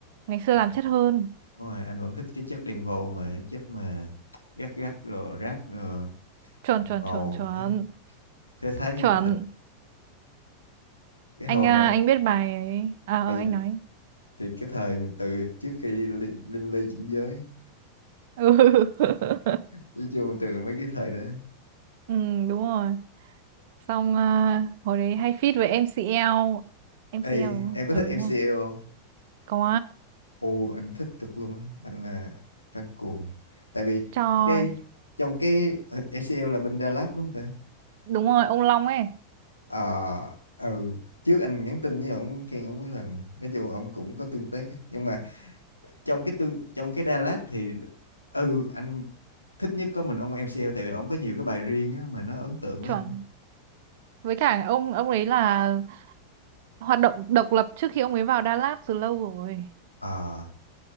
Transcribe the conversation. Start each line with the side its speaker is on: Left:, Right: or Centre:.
Right: Ngày xưa
Left: À,
Right: làm chất hơn.
Left: Đúng rồi, anh vẫn thích cái chất Đen Vâu mà cái chất mà gắt gắt rồi rap rồi
Right: Chuẩn
Left: ngầu
Right: chuẩn
Left: ngầu
Right: chuẩn chuẩn.
Left: thế thế thái nhân
Right: Chuẩn.
Left: tình cái
Right: anh
Left: hồi
Right: à,
Left: mà
Right: anh biết bài ấy à
Left: bởi
Right: ờ,
Left: vậy
Right: anh nói
Left: thì cái thời mình từ trước khi Linh, Linh Ly chuyển giới
Right: ừ. <laughs>
Left: nói chung từ mấy cái thời đó
Right: ừ đúng rồi xong à, hồi đấy hay feat với MCL MCL
Left: Ê,
Right: đúng không
Left: em có
Right: ừ,
Left: thích
Right: đúng
Left: MCL
Right: rồi
Left: không?
Right: có
Left: Ồ, anh thích cực luôn á, anh là fan cuồng. Tại vì
Right: trời
Left: cái trong cái ờ, MCL là bên Đà Lạt đúng không ta?
Right: đúng rồi ông Long ấy
Left: Ờ, ừ, trước anh nhắn tin với ông khen ông cái lần, nói chung là ông cũng có tương tác á. Nhưng mà trong cái tương trong cái Đà Lạt thì ừ anh thích nhất có mình ông MCL tại vì ông có nhiều cái bài riêng á, mà nó ấn tượng
Right: chuẩn
Left: với anh.
Right: với cả ông ông ấy là hoạt động độc lập trước khi ông ấy vào Đà Lạt từ lâu rồi
Left: Ờ,